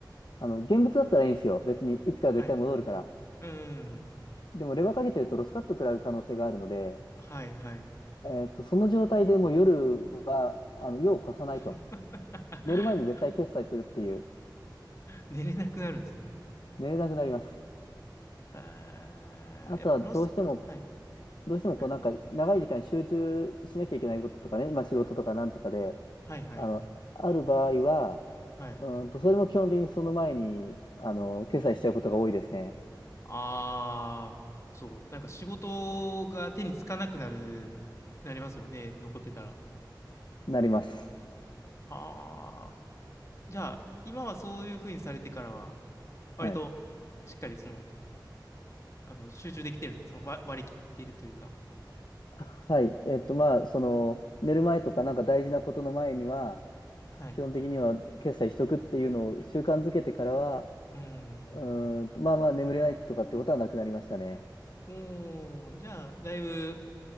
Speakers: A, on the left; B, on the left.
A: あの、現物だったらいいんですよ。別に、いつか絶対戻るから。
B: はいうん。
A: でも、レバーかけてるとロスカット食らう可能性があるので、
B: はいはい。
A: えっと、その状態でもう夜は、あの、湯をこさないと。
B: <laughs>
A: 寝る前に絶対決済するっていう、
B: 寝れなくなるんですね。
A: 寝れなくなります。
B: あーやっぱロス、
A: あとは、どうしても、
B: はい、
A: どうしてもこう、
B: はい、
A: なんか、長い時間集中しなきゃいけないこととかね、まあ、仕事とかなんとかで、
B: はい、はい、
A: あの、ある場合は、
B: はい。
A: うんと、それも基本的にその前に、あの、決済しちゃうことが多いですね。
B: ああ、そう、なんか仕事が手につかなくなる、なりますよね、残ってたら。
A: なります。
B: ああ、じゃあ、今はそういうふうにされてからは、
A: はい。
B: 割としっかりその、あの、集中できてるんですか、その割、割り切っているというか。
A: あはい。えっと、まあ、その、寝る前とかなんか大事なことの前には、
B: はい。
A: 基本的には決済しとくっていうのを習慣づけてからは、
B: うん。
A: うーんと、まあまあ眠れないとかってことはなくなりましたね。
B: おー、じゃあ、だいぶ、